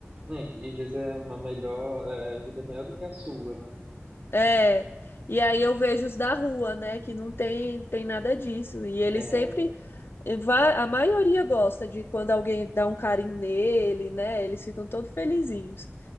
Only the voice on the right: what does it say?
né, E às vezes é uma melhor. É, a vida é melhor do que a sua, né?
É,